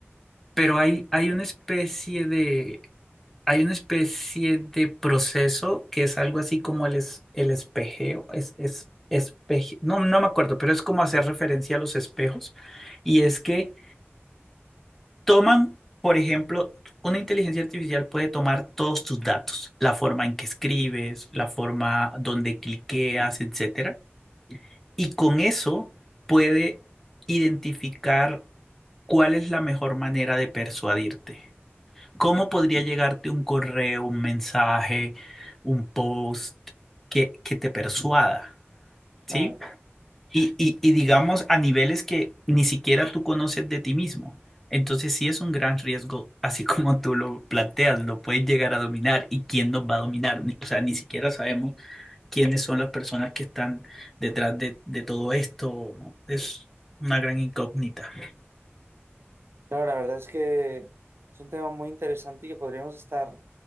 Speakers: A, in the centre; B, on the right.
A: pero hay, hay una especie de, hay una especie de proceso que es algo así como el, es- el espejeo, es, es, espeje- no, no me acuerdo, pero es como hacer referencia a los espejos. Y es que toman, por ejemplo, una inteligencia artificial puede tomar todos tus datos, la forma en que escribes, la forma donde cliqueas, etcétera, y con eso puede identificar cuál es la mejor manera de persuadirte. ¿Cómo podría llegarte un correo, un mensaje, un post que, que te persuada?
B: Claro,
A: ¿Sí? Y, y, y digamos a niveles que ni siquiera tú conoces de ti mismo. Entonces sí es un gran riesgo, así <laughs> como tú lo planteas, lo puedes llegar a dominar y quién nos va a dominar. Ni- O sea, ni siquiera sabemos quiénes son las personas que están detrás de, de todo esto, ¿no? Es una gran incógnita.
B: claro, la verdad es que es un tema muy interesante y que podríamos estar